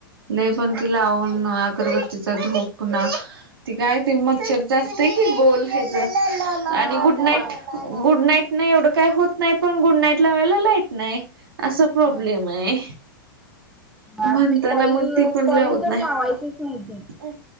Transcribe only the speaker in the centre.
होय
होय.
होय.
होय.
आणि
ते कॉईल
कॉईल
तर
लावायचीच ती.